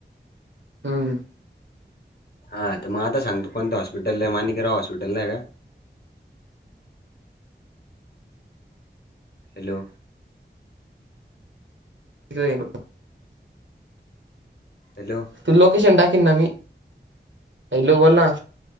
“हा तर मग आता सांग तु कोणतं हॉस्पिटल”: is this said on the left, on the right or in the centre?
Left